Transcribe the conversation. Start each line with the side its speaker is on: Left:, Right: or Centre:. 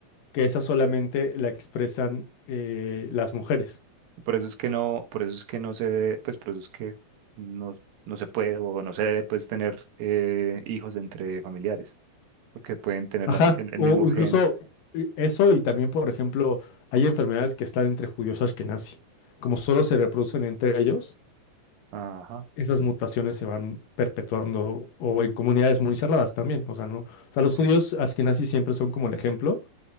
Left: que esa solamente la expresan eh, las mujeres.
Right: Por eso es que no, por eso es que no se debe, pues por eso es que no, no se puede o no se debe pues tener eh, hijos entre familiares, porque pueden tener
Left: Ajá,
Right: la mi- el, el
Left: o
Right: mismo
Left: incluso
Right: gen.
Left: eh, eso y también, por ejemplo, hay enfermedades que están entre judíos ashkenazi, como solo se reproducen entre ellos
Right: Ajá,
Left: esas mutaciones se van perpetuando o en comunidades muy cerradas también. O sea, no, o sea, los
Right: sí.
Left: judíos askenazis siempre son como el ejemplo,